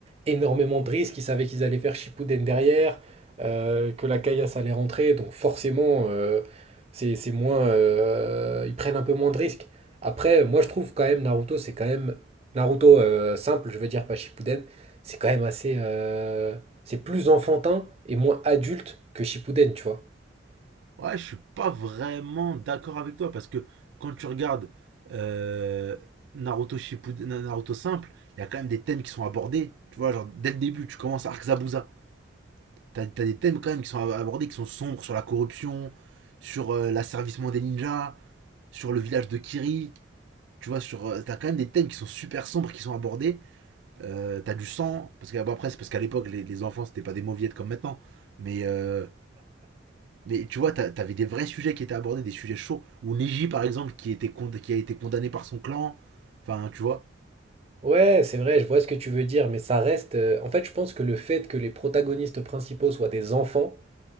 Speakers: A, on the right (about 30°); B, on the right (about 70°).
A: énormément de risques. Ils savaient qu'ils allaient faire Shippuden derrière, euh, que la caillasse allait rentrer. Donc, forcément, euh, c'est, c'est moins, euh, ils prennent un peu moins de risques. Après, moi, je trouve quand même Naruto, c'est quand même Naruto euh, simple, je veux dire, pas Shippuden. C'est quand même assez, euh, c'est plus enfantin et moins adulte que Shippuden, tu vois.
B: Ouais, je suis pas vraiment d'accord avec toi parce que quand tu regardes euh, Naruto Shippuden, Na- Naruto simple, il y a quand même des thèmes qui sont abordés. Tu vois, genre dès le début, tu commences Arc Zabuza. T'as, t'as des thèmes quand même qui sont abordés, qui sont sombres sur la corruption, sur euh, l'asservissement des ninjas, sur le village de Kiri. Tu vois, sur, euh, t'as quand même des thèmes qui sont super sombres, qui sont abordés. Euh, t'as du sang, parce que bon, après, c'est parce qu'à l'époque, les, les enfants, c'était pas des mauviettes comme maintenant. Mais euh, mais tu vois, t'a- t'avais des vrais sujets qui étaient abordés, des sujets chauds. Ou Neji, par exemple, qui, était con- qui a été condamné par son clan. Enfin, tu vois.
A: Ouais, c'est vrai, je vois ce que tu veux dire, mais ça reste. euh, En fait, je pense que le fait que les protagonistes principaux soient des enfants,